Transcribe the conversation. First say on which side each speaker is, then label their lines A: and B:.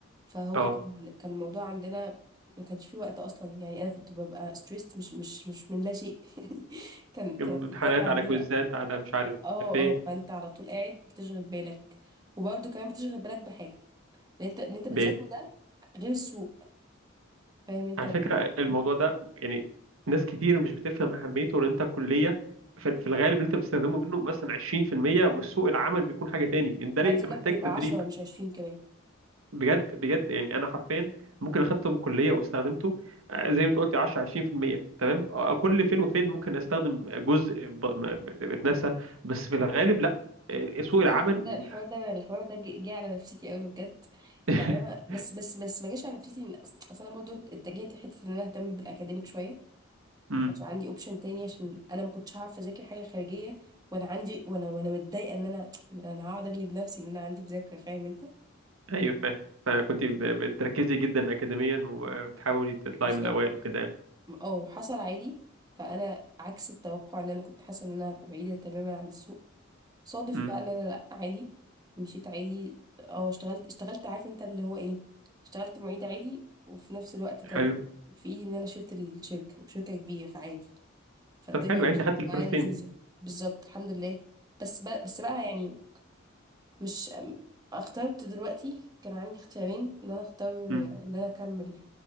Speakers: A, on the right (about 20°); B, on the right (about 80°).
A: فهو
B: اه
A: كان كان الموضوع عندنا ما كانش فيه وقت اصلا يعني انا كنت ببقى ستريسد مش مش مش من لا شيء <laughs> يعني كان كان
B: امتحانات
A: في الجامعه عندنا
B: على كويزات على مش عارف
A: اه اه
B: ايه
A: فانت على طول قاعد بتشغل بالك وبرضو كمان بتشغل بالك بحاجه اللي انت اللي انت بتذاكره
B: بيه.
A: ده غير السوق فاهم انت
B: على فكرة الموضوع ده يعني ناس كتير مش بتفهم أهميته لأن أنت الكلية في في الغالب اللي أنت بتستخدمه منه مثلا 20% والسوق العمل بيكون حاجة تاني ده
A: انا
B: ليه
A: عايز
B: أنت
A: اقول
B: محتاج
A: لك بيبقى
B: تدريب
A: 10 مش 20 كمان
B: بجد بجد يعني أنا حرفيا ممكن أخدته من الكلية واستخدمته آه، زي ما أنت قلت 10 20% تمام آه، كل فين وفين ممكن أستخدم جزء ب- م- م- اتنسى بس في الغالب لأ آه، سوق
A: ده
B: العمل
A: الحوار ده
B: وال...
A: الحوار ده الحوار ده جه جه على نفسيتي قوي بجد
B: <laughs>
A: يعني أنا بس بس بس ما جاش على نفسيتي إن- اصل انا برضو اتجهت لحته ان انا اهتم بالاكاديميك شويه
B: مم.
A: ما كانش عندي اوبشن تاني عشان انا ما كنتش هعرف اذاكر حاجه خارجيه وانا عندي وانا وانا متضايقه ان انا انا هقعد اجلد نفسي ان انا عندي مذاكره فاهم انت
B: أيوه فاهم فكنت ب- بتركزي جدا أكاديميا وبتحاولي تطلعي
A: بالظبط
B: من الأوائل وكده يعني
A: او حصل عادي فانا عكس التوقع ان انا كنت حاسه ان انا هبقى بعيده تماما عن السوق صادف
B: مم.
A: بقى ان انا لا عادي مشيت عادي اه اشتغلت اشتغلت عارف انت اللي هو ايه اشتغلت معيد عادي وفي نفس الوقت كان
B: حلو
A: في ايدي ان انا شفت الشركة وشركة كبيرة فعادي فالدنيا
B: طب حلو يعني
A: مشيت
B: انت خدت الفلوسين
A: معايا لذيذة بالظبط الحمد لله بس بقى بس بقى يعني مش ام- اخترت دلوقتي كان عندي اختيارين ان انا اختار
B: امم
A: ان انا اكمل